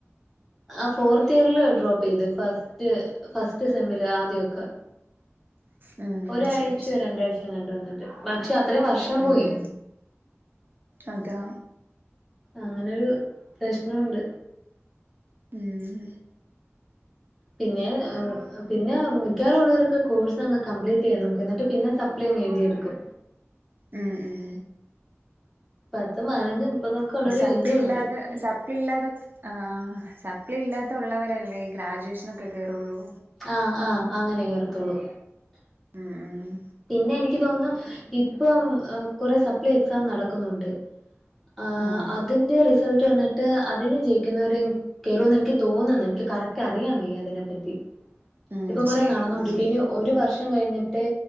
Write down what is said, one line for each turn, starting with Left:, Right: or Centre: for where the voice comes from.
Centre: ആ ഫോർത്ത് ഇയറീല ഡ്രോപ്പ് ചെയ്ത് ഫസ്റ്റ് ഫസ്റ്റ് സെമ്മില് ആദ്യൊക്കെ
Right: ഉം
Centre: ഒരാഴ്ചയോ
Right: ശരി ശ
Centre: രണ്ടാഴ്ചോ കണ്ട് വന്നിട്ട് <unintelligible> അത്രയും വർഷം
Right: ഉം
Centre: പോയി
Right: അതാ
Centre: അങ്ങനെരു ഉണ്ട്
Right: ഉം
Centre: പിന്നെ പിന്നെ മിക്കാറുള്ളവരൊക്കെ കോഴ്സ് അങ്ങ് കംപ്ലീറ്റ് ചെയ്യാൻ നോക്കു എന്നിട്ട് പിന്നെ സപ്ലൈ അങ്ങ് എഴുതിയെടുക്കും
Right: ഉം ഉം
Centre: പത്തും പതിനഞ്ചും മുപ്പതും ഒക്കെ ഉള്ളവര്
Right: ഈ സപ്ലി
Centre: വീണ്ടും
Right: ഇല്ലാതെ
Centre: ഉണ്ട് ഉം
Right: സപ്ലി ഇല്ലാത ആഹ സപ്ലി അപ്പളെ ഇല്ലാത്തവരല്ലേ ഈ ഗ്രാജുവേഷൻ ഒക്കെ കേയറുള്ളൂ
Centre: ആഹ് ആഹ അങ്ങനെ കേയറത്തോളൂ
Right: ഉം ഉം
Centre: പിന്നെ എനിക്ക് തോന്നുന്നു ഇപ്പം കുറെ സപ്ലൈ എക്സാം നടക്കുന്നുണ്ട് ആ
Right: ആഹ്
Centre: അതിന്റെ റിസൾട്ട് വന്നിട്ട് എന്നിട്ട് അതിന് ജയിക്കുന്നവര കയറൂന്ന് എനിക്ക് തോന്നുന്നു എനിക്ക് കററ്റ് അറിയാൻ വയ്യ അതിനെ പറ്റി
Right: ഉം
Centre: ഇപ്പം കുറെ
Right: ശരി
Centre: നടന്നൊണ്ടിരിക്ക
Right: ഉം
Centre: ഇനി ഒരു വർഷം കഴിഞ്ഞിട്ട്